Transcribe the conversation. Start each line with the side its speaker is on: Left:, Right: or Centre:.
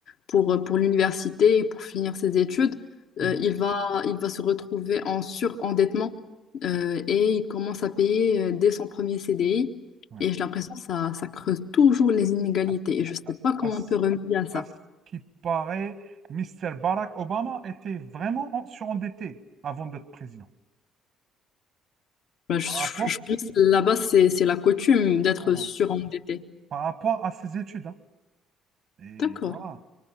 Left: pour, euh, pour l'université et pour finir ses études,
Right: Mhm.
Left: euh, il va, il va se retrouver en surendettement euh, et il commence à payer euh, dès son premier CDI.
Right: Ouais.
Left: Et j'ai l'impression que ça, ça creuse toujours les inégalités.
Right: À,
Left: Et je ne sais pas comment
Right: ce
Left: on peut remédier à ça.
Right: à ce qui paraît, Mr. Barack Obama était vraiment en- surendetté avant d'être président.
Left: Bah, je,
Right: Par rapport,
Left: je pense que là-bas, c'est c'est la coutume d'être
Right: voilà,
Left: surendetté.
Right: par rapport à ses études. hein. Et
Left: D'accord,
Right: voilà.